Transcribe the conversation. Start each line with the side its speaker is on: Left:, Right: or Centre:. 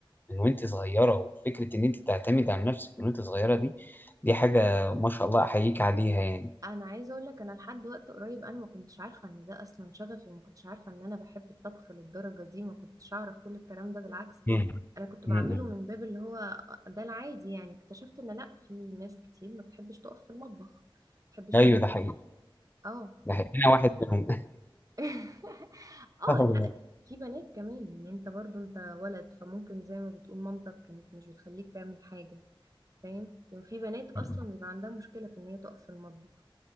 Left: من وانت صغيره وفكره ان انت تعتمد على نفسك من وانت صغيره دي دي حاجه ما شاء الله احييك عليها يعني
Right: انا عايزة اقول لك انا لحد وقت قريب انا ما كنتش عارفة ان ده اصلا شغفي وما كنتش عارفة ان انا بحب الطبخ للدرجة دي ما كنتش اعرف كل الكلام ده بالعكس
Left: مم.
Right: انا كنت بعمله
Left: مم.
Right: من باب اللي هو ده العادي يعني اكتشفت ان لا في ناس كتير ما بتحبش تقف في المطبخ ما بتحبش
Left: ايوه
Right: تعمل
Left: ده حقيقي
Right: اكل اه
Left: ده حقيقي انا واحد منهم
Right: <laughs> اه
Left: <laughs> الله.
Right: لا في بنات كمان يعني انت برضو انت ولد فممكن زي ما بتقول مامتك كانت مش بتخليك تعمل حاجة فاهم كان في بنات اصلا
Left: مم.
Right: بيبقى عندها مشكلة في ان هي تقف في المطبخ